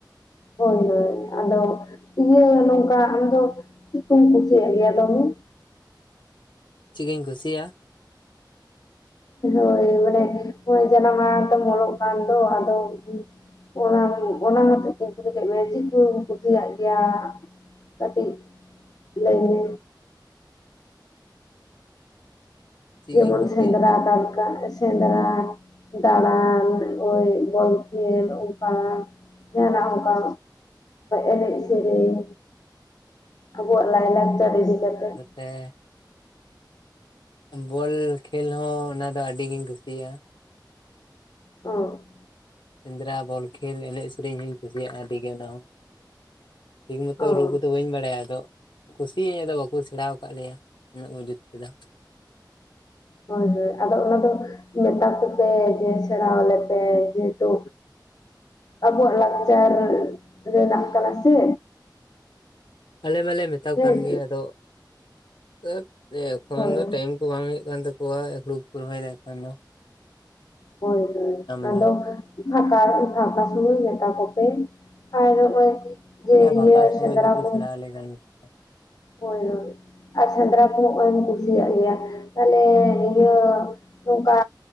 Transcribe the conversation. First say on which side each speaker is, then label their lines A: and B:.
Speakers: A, on the left; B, on the left.
A: ᱦᱳᱭ, ᱦᱳᱭ ᱟᱫᱚ ᱤᱭᱟᱹ ᱱᱚᱝᱠᱟ ᱟᱢᱫᱚ ᱪᱮᱫ ᱠᱚᱢ ᱠᱩᱥᱤᱭᱟ-ᱜ ᱜᱮᱭᱟ ᱫᱚᱢᱮ᱾
B: ᱪᱮᱫ ᱠᱩᱧ ᱠᱩᱥᱤᱭᱟᱜᱼᱟ᱾
A: ᱦᱳᱭ ᱢᱟᱱᱮ ᱱᱚ-ᱚᱭ ᱡᱟᱱᱟᱢ ᱟᱲᱟᱝ ᱛᱮᱢ ᱚᱞᱚᱜ ᱠᱟᱱ ᱫᱚ ᱟᱫᱚ ᱚᱱᱟ, ᱚᱱᱟ ᱦᱚᱛᱮᱡ ᱛᱤᱧ ᱠᱩᱞᱤ ᱠᱮᱫ ᱢᱮᱭᱟ ᱾ᱪᱮᱫ ᱠᱚᱢ ᱠᱩᱥᱤᱭᱟᱜ ᱜᱮᱭᱟ? ᱠᱟᱹᱴᱤᱡ ᱞᱟᱹᱭ ᱢᱮ᱾
B: ᱪᱮᱫ
A: ᱡᱮᱢᱚᱱ
B: ᱠᱚᱧ ᱠᱩᱥᱤᱭᱟᱜ
A: ᱥᱮᱸᱫᱽᱨᱟ, ᱠᱟᱨ ᱚᱱᱠᱟ ᱥᱮᱸᱫᱽᱨᱟ, ᱫᱟᱬᱸᱟᱱ ᱳᱭ ᱵᱚᱞ ᱠᱷᱮᱞ ᱚᱱᱠᱟ ᱡᱟᱸᱦᱟᱱᱟᱜ ᱚᱱᱠᱟ ᱮᱱᱮᱡ ᱥᱮᱨᱮᱧ, ᱟᱵᱚᱣᱟᱜ ᱞᱟᱭᱞᱟᱠᱪᱟᱨ ᱤᱫᱤ ᱠᱟᱛᱮᱫ
B: ᱦᱮᱸ᱾ ᱵᱚᱞ ᱠᱷᱮᱞ ᱦᱚᱸ ᱚᱱᱟ ᱫᱚ ᱟᱹᱰᱤ ᱜᱤᱧ ᱠᱩᱥᱤᱭᱟᱜᱼᱟ᱾
A: ᱚᱸ᱾
B: ᱥᱮᱸᱫᱽᱨᱟ, ᱵᱚᱞ ᱠᱷᱮᱞ, ᱮᱱᱮᱡ, ᱥᱮᱨᱮᱧ, ᱦᱚᱧ ᱠᱩᱥᱤᱭᱟᱜᱼᱟ ᱾ ᱟᱹᱰᱤ ᱜᱮ ᱚᱱᱟ ᱦᱚᱸ᱾ ᱴᱷᱤᱠ ᱢᱚᱛᱚ
A: ᱚᱸ
B: ᱨᱩ ᱠᱚᱼᱫᱚ ᱵᱟᱹᱧ ᱵᱟᱲᱟᱭᱟ ᱾ ᱟᱫᱚ ᱠᱩᱥᱤᱭᱟᱜ ᱟᱹᱧ ᱟᱫᱚ ᱵᱟᱠᱚ ᱥᱮᱬᱸᱟᱣ ᱟᱠᱟᱫ ᱞᱮᱭᱟ᱾ ᱩᱱᱟᱹᱜ ᱢᱩᱡᱩᱛ ᱛᱮᱫᱚ᱾
A: ᱦᱳᱭ, ᱦᱳᱭ ᱟᱫᱚ ᱚᱱᱟ ᱫᱚ ᱢᱮᱛᱟ ᱠᱚ ᱯᱮ, ᱡᱮ ᱥᱮᱸᱲᱟᱣ ᱟᱞᱮ ᱯᱮ, ᱡᱮᱦᱮᱛᱩ ᱟᱵᱚᱣᱟ-ᱜ ᱞᱟᱠᱪᱟᱨ ᱨᱮᱱᱟᱜ ᱠᱟᱱᱟ ᱥᱮ᱾
B: ᱟᱞᱮ ᱢᱟᱞᱮ ᱢᱮᱛᱟ ᱠᱚ
A: ᱦᱮᱸ
B: ᱠᱟᱱ ᱜᱮᱭᱟ ᱾ ᱟᱫᱚ <unintelligible> ᱮᱠᱷᱚᱱ
A: ᱦᱳᱭ
B: ᱴᱟᱭᱤᱢ ᱠᱚ ᱵᱟᱝ ᱦᱩᱭᱩᱜ ᱠᱟᱱ ᱛᱟᱠᱚᱣᱟ᱾ <unintelligible> ᱠᱚ ᱨᱚᱦᱚᱭ <unintelligible>
A: ᱦᱳᱭ ᱦᱳᱭ ᱟᱫᱚ᱾
B: ᱮᱫᱟ
A: ᱯᱷᱟᱸᱠᱟ, ᱯᱷᱟᱸᱠᱟ ᱥᱚᱢᱚᱭ ᱢᱮᱛᱟ ᱠᱚᱯᱮ ᱾ᱟᱨ ᱦᱚᱸᱜ ᱚᱭ᱾ ᱡᱮ
B: ᱦᱮᱸ ᱯᱷᱟᱸᱠᱟ
A: ᱤᱭᱟᱹ
B: ᱥᱚᱢᱚᱭ
A: ᱥᱮᱸᱫᱽᱨᱟ ᱠᱚ
B: <unintelligible>
A: ᱦᱳᱭ ᱦᱳᱭ ᱟᱨ ᱥᱮᱸᱫᱽᱨᱟ ᱠᱚᱦᱚᱸ ᱦᱚᱸᱜ-ᱚᱭ ᱮᱢ ᱠᱩᱥᱤᱭᱟᱜ ᱜᱮᱭᱟ, ᱛᱟᱦᱞᱮ ᱱᱤᱭᱟᱹ ᱱᱚᱝᱠᱟ